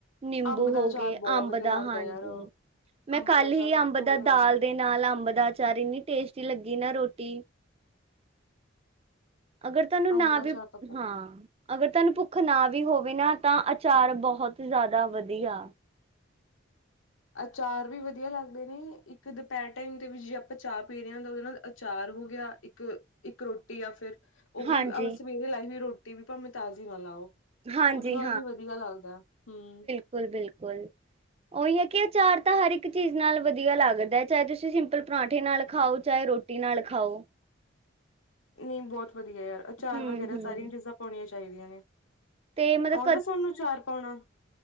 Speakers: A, on the right; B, on the left.
A: ਨਿੰਬੂ
B: ਅੰਬ ਦਾ
A: ਹੋ
B: ਅਚਾਰ
A: ਗਏ,
B: ਬਹੁਤ
A: ਅੰਬ
B: ਵਧੀਆ
A: ਦਾ
B: ਲੱਗਦਾ
A: ਹਾਂਜੀ।
B: ਯਾਰ
A: ਮੈਂ
B: ਅੰਬ
A: ਕੱਲ
B: ਦਾ ਅਚਾਰ
A: ਹੀ
B: ਸਭ
A: ਅੰਬ
B: ਤੋਂ
A: ਦਾ
B: ਵਧੀਆ
A: ਦਾਲ
B: ਲੱਗਦਾ
A: ਦੇ ਨਾਲ ਅੰਬ ਦਾ ਚਾਰ ਇੰਨੀ ਟੇਸਟੀ ਲੱਗੀ ਨਾ ਰੋਟੀ ਅਗਰ ਤੁਹਾਨੂੰ
B: ਅੰਬ
A: ਨਾ
B: ਦਾ
A: ਵੀ
B: ਅਚਾਰ ਤਾਂ ਬਹੁਤ
A: ਹਾਂ ਅਗਰ ਤੁਹਾਨੂੰ ਭੁੱਖ ਨਾ ਵੀ ਹੋਵੇ ਨਾ ਤਾਂ ਅਚਾਰ ਬੋਹਤ ਹੀ ਜਾਦਾ ਵਧੀਆ।
B: ਅਚਾਰ ਵੀ ਵਧੀਆ ਲੱਗਦੇ ਨੇ ਇੱਕ ਦੁਪਹਿਰ ਟਾਈਮ ਦੇ ਵਿੱਚ ਜੇ ਆਪਾਂ ਚਾਹ ਪੀ ਰਹੇ ਹੁੰਦਾ ਉਹਦੇ ਨਾਲ ਅਚਾਰ ਹੋ ਗਿਆ ਇੱਕ ਇੱਕ ਰੋਟੀ ਜਾਂ ਫਿਰ ਉਹ ਵੀ
A: ਹਾਂਜੀ
B: ਆ ਸਵੇਰੇ ਲਾਈ ਵੀ ਰੋਟੀ ਵੀ ਭਾਵੇਂ ਤਾਜ਼ੀ ਨਾ ਲਾਓ।
A: ਹਾਂਜੀ
B: ਉਹਦੇ ਨਾਲ ਵੀ ਵਧੀਆ ਲੱਗਦਾ ਹੂੰ।
A: ਬਿਲ ਬਿਲਕੁਲ। ਉਹੀ ਹੈ ਕਿ ਅਚਾਰ ਤਾਂ ਹਰ ਇੱਕ ਚੀਜ਼ ਨਾਲ ਵਧੀਆ ਲੱਗਦਾ ਚਾਹੇ ਤੁਸੀਂ ਸਿੰਪਲ ਪਰਾਂਠੇ ਨਾਲ ਖਾਓ, ਚਾਹੇ ਰੋ ਟੀ ਨਾਲ ਖਾਓ।
B: ਨਈ ਬਹੁਤ ਵਧੀਆ ਯਾਰ ਅਚਾਰ
A: ਹਮ
B: ਵਗੈਰਾ
A: ਹਮ
B: ਸਾਰੀਆਂ ਚੀਜ਼ਾਂ ਪਾਉਣੀਆਂ ਚਾਹੀਦੀਆਂ ਨੇ।
A: ਤੇ ਮਤਲਬ
B: ਆਉਂਦਾ ਸੋਨੂੰ ਚਾਰ ਪਾਉਣਾ?